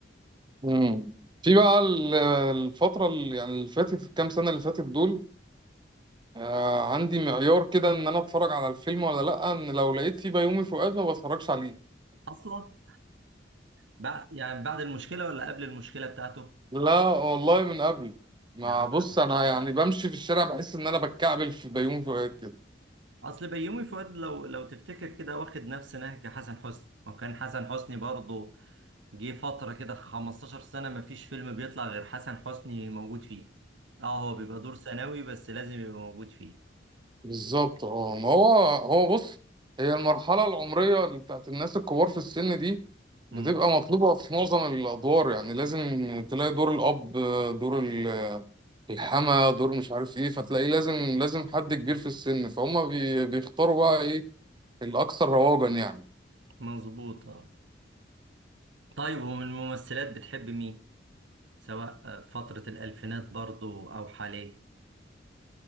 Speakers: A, on the right (about 25°); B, on the right (about 80°).
A: مم. في بقى ال- الفتره اللي يعني اللي فاتت الكام سنه اللي فاتت دول آه عندي معيار كده ان انا اتفرج على الفيلم ولا لا ان لو لقيت فيه بيومي فؤاد ما بتفرجش عليه
B: اصلا بعد يعني بعد المشكله ولا قبل المشكله بتاعته
A: لا والله من قبل ما
B: آه.
A: بص انا يعني بمشي في الشارع بحس ان انا بتكعبل في بيومي فؤاد كده
B: اصل بيومي فؤاد لو لو تفتكر كده واخد نفس نهج حسن حسني وكان حسن حسني برضه جه فتره كده 15 سنه ما فيش فيلم بيطلع غير حسن حسني موجود فيه اه هو بيبقى دور ثانوي بس لازم يبقى موجود فيه
A: بالظبط اه ما هو هو بص هي المرحلة العمرية اللي بتاعت الناس الكبار في السن دي
B: مم.
A: بتبقى مطلوبة في معظم الأدوار يعني لازم تلاقي دور الأب دور ال- الحما دور مش عارف إيه فتلاقيه لازم لازم حد كبير في السن فهم بي بيختاروا بقى إيه الأكثر رواجا يعني
B: مظبوط اه طيب ومن الممثلات بتحب مين سواء آه، فتره الالفينات برضه او حاليا